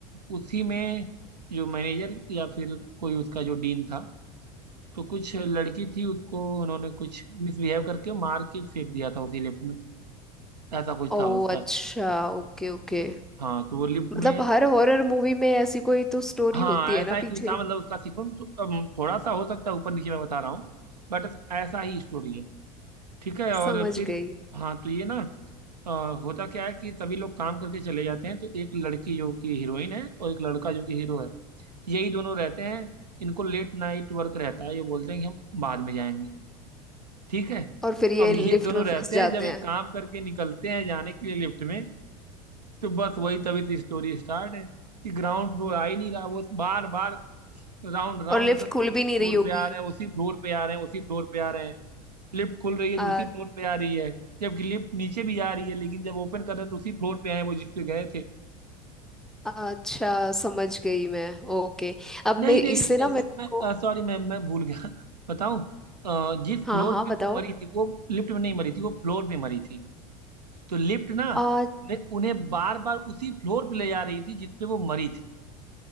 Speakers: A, on the right; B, in the centre.
A: उसी में जो मैनेजर या फिर कोई उसका जो डीन था तो कुछ लड़की थी उसको उन्होंने कुछ मिसबिहेव करके मार के फेंक दिया था उसी लिफ्ट में ऐसा कुछ
B: ओ
A: था उसका
B: अच्छा Okay okay
A: हाँ तो वो लिफ्ट
B: मतलब
A: में
B: हर हॉरर मूवी में ऐसी कोई तो स्टोरी
A: हाँ
B: होती है
A: ऐसा
B: ना
A: ही कुछ
B: पीछे
A: था मतलब उसका सीक्वेंस तो, अम, थोड़ा सा हो सकता है ऊपर नीचे मैं बता रहा हूँ बट ऐसा ही स्टोरी है ठीक है और
B: समझ
A: फिर
B: गई
A: हाँ तो ये ना अ, होता क्या है कि सभी लोग काम करके चले जाते हैं तो एक लड़की जो कि हीरोइन है और एक लड़का जो कि हीरो है यही दोनों रहते हैं इनको लेट नाइट वर्क रहता है ये बोलते हैं कि हम बाद में जाएंगे ठीक है
B: और फिर ये
A: अब ये
B: लिफ्ट
A: दोनों
B: में फंस
A: रहते
B: जाते
A: हैं जब एक
B: हैं
A: काम करके निकलते हैं जाने के लिए लिफ्ट में तो बस वही तभी से स्टोरी स्टार्ट है कि ग्राउंड फ्लोर आ ही नहीं रहा वो बार बार राउंड राउंड
B: और लिफ्ट
A: करके
B: खुल
A: उसी
B: भी नहीं
A: फ्लोर
B: रही होगी
A: पे आ रहे हैं उसी फ्लोर पे आ रहे हैं उसी फ्लोर पे आ रहे हैं लिफ्ट खुल रही है
B: आ,
A: तो उसी फ्लोर पे आ रही है जबकि लिफ्ट नीचे भी आ रही है लेकिन जब ओपन कर रहे हैं तो उसी फ्लोर पे आए वो जिस पे गए थे
B: अच्छा समझ गई मैं ओके अब
A: नहीं
B: मैं
A: नहीं
B: इससे
A: नहीं
B: ना
A: नहीं
B: मेरे
A: मैं
B: को
A: सॉरी मैम मैं भूल गया <laughs> बताऊं अ, जिस
B: हाँ
A: फ्लोर
B: हाँ
A: पे
B: बताओ
A: वो मरी थी वो लिफ्ट में नहीं मरी थी वो फ्लोर पे मरी थी तो लिफ्ट ना
B: आ,
A: उन्हें उन्हें बार बार उसी फ्लोर पे ले जा रही थी जिस पे वो मरी थी